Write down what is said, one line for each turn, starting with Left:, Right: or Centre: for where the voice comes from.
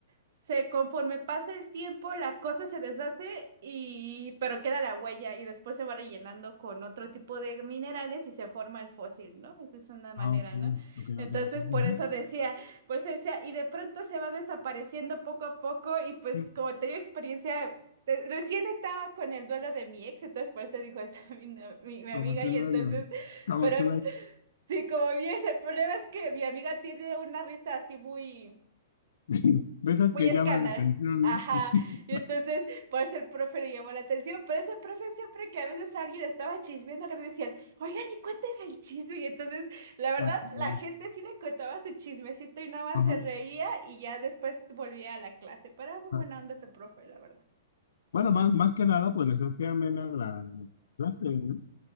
Right: se, conforme pasa el tiempo, la cosa se deshace y, pero queda la huella y después se va rellenando con otro tipo de minerales y se forma el fósil, ¿no? Esa es una manera,
Left: Ah, ok.
Right: ¿no?
Left: Ok,
Right: Entonces,
Left: ok, ok.
Right: por
Left: Ujú.
Right: eso decía pues se decía, y de pronto se va desapareciendo poco a poco y pues
Left: Sí,
Right: como tenía experiencia, te- recién estaba con el duelo de mi ex, entonces por eso dijo eso <laughs> a mi, no- mi, mi amiga
Left: Como tu
Right: y
Left: novio.
Right: entonces,
Left: Como
Right: pero
Left: tu ex.
Right: sí, como vi ese, el problema es que mi amiga tiene una risa así muy
Left: <laughs> De esas
Right: muy
Left: que
Right: escándalo.
Left: llaman la atención,
Right: Ajá.
Left: ¿no? <laughs>
Right: Y entonces, por eso el profe le llamó la atención, pero ese profe siempre que a veces alguien estaba chismeando, que le decían, oigan, y cuénteme el chisme. Y entonces, la verdad,
Left: Ok,
Right: la gente sí le contaba su chismecito y nada más
Left: Ajá.
Right: se reía y ya después volvía a la clase. Pero era muy
Left: ajá.
Right: buena onda ese profe, la verdad.
Left: Bueno, más, más que nada, pues así amena la clase, ¿no?